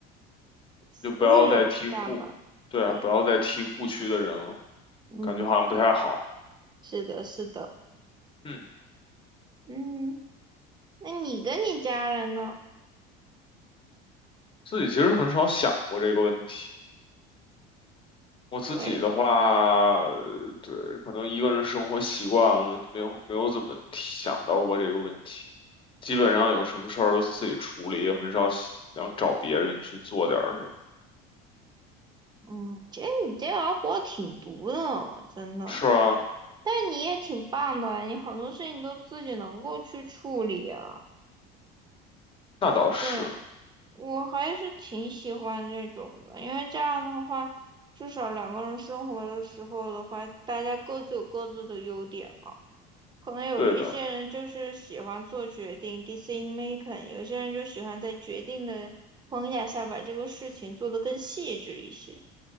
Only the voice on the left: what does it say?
就不要再提故，对啊，
不要再提故去的人了，
感觉好像不太好。
嗯，
自己其实很少想过这个问题。我自己的话，
呃对，可能一个人生活习惯了，没有没有怎么想到过这个问题。基本上有什么事儿都自己处理，也很少想找别人去做点儿什么。
是啊，
那倒是，
对的，